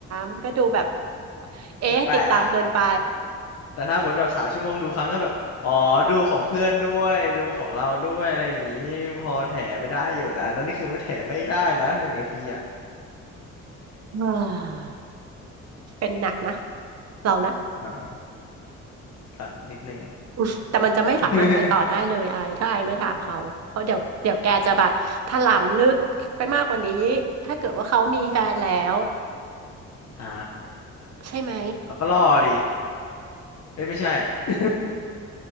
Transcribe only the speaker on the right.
มันก็ดูแบบเอ๊ะติดตามเกินไป
<sighs> อ่าเป็นหนักนะเรานะ
อืมแต่มันจะไม่สามารถไปต่อได้เลยไอถ้าไอไม่ถามเขาเพราะเดี๋ยวเดี๋ยวแกจะแบบถลำลึกไปมากกว่านี้
ถ้าเกิดว่าเขามีแฟนแล้ว
ใช่ไหม